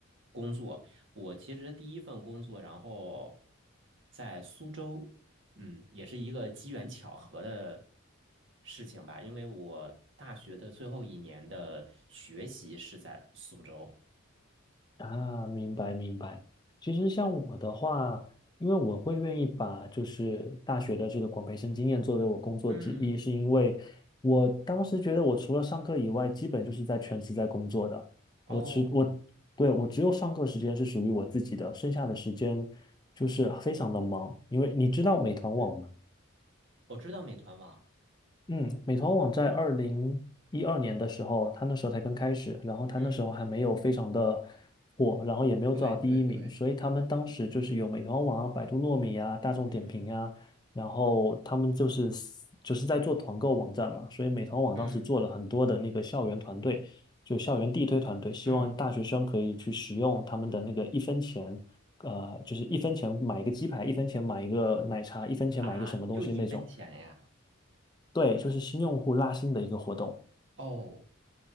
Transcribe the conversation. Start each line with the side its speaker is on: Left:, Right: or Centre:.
Right: 工作。我其实第一份工作，然后在苏州。嗯，也是一个机缘巧合的事情吧，因为我大学的最后一年的学习是在苏州。
Left: 啊，明白明白。其实像我的话，因为我会愿意把就是大学的这个广培生经验作为我工作之一，
Right: 嗯
Left: 是因为我当时觉得我除了上课以外，基本就是在全职在工作的。
Right: 哦，
Left: 我只我对我只有上课时间是属于我自己的，剩下的时间就是非常的忙。因为你知道美团网吗？
Right: 嗯我知道美团网
Left: 嗯，美团网在二零一二年的时候，它那时候才刚开始，然后它那时候还没有非常的
Right: 嗯，
Left: 火，然后也没有做到第一名，
Right: 对对对，
Left: 所以他们当时就是有美团网啊、百度糯米啊、大众点评啊，
Right: 嗯
Left: 然后他们就是就是在做团购网站嘛，所以美团网当时做了很多的那个校园团队，
Right: 嗯
Left: 就校园地推团队，希望大学生可以去使用他们的那个一分钱。
Right: 嗯，
Left: 呃，就是一分钱买一个鸡排，一分钱买一个奶茶，一分钱买一个什么东西那种。
Right: 啊，就一分钱呀。
Left: 对，就是新用户拉新的一个活动。
Right: 哦